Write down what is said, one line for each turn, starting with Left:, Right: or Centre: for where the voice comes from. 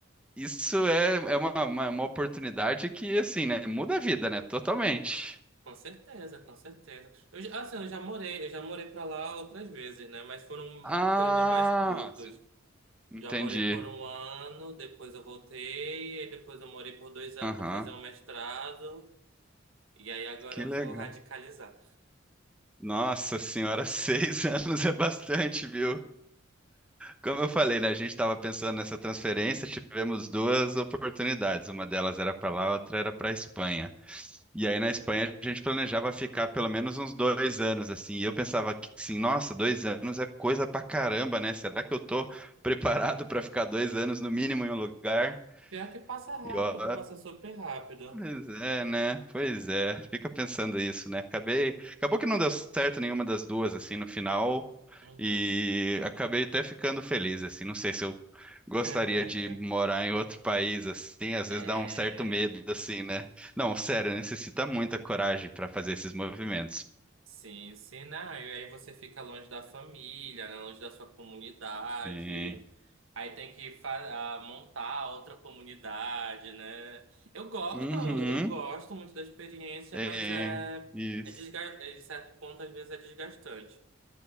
Centre: isso é, é uma, uma, uma oportunidade que, assim, né? Muda a vida, né? Totalmente.
Right: Com certeza, com certeza. Eu, já- assim, eu já morei, eu já morei para lá outras vezes, né? Mas foram
Centre: Ah,
Right: períodos mais curtos.
Centre: entendi.
Right: Já morei por um ano, depois eu voltei, e depois eu morei por dois anos
Centre: Aham.
Right: para fazer um mestrado. E aí agora
Centre: Que
Right: eu
Centre: legal.
Right: vou radicalizar.
Centre: Nossa senhora, <laughs> seis anos é bastante, viu? Como eu falei, né? A gente estava pensando nessa transferência, tivemos duas oportunidades. Uma delas era para lá, a outra era para a Espanha. E aí na
Right: Hum,
Centre: Espanha a gente planejava ficar pelo menos uns dois anos, assim. E eu pensava que, assim, nossa, dois anos é coisa pra caramba, né? Será que eu tô preparado para ficar dois anos no mínimo em um lugar?
Right: pior que passa rápido,
Centre: E ó,
Right: passa super rápido.
Centre: Pois é, né? Pois é. Fica pensando isso, né? Acabei, acabou que não deu certo nenhuma das duas assim no final
Right: Uhum.
Centre: e acabei até ficando feliz assim. Não sei se eu gostaria
Right: <laughs>
Centre: de morar em outro país assim, às
Right: É,
Centre: vezes dá um certo medo assim, né? Não, sério, necessita muita coragem para fazer esses movimentos.
Right: sim, sim, não. E aí você fica longe da família, né? Longe da sua comunidade.
Centre: Sim.
Right: Aí tem que fa- ah, montar outra comunidade, né? Eu gosto,
Centre: Uhum.
Right: não, eu gosto muito da experiência,
Centre: É,
Right: mas é,
Centre: isso.
Right: é desga- é, de certo ponto às vezes é desgastante.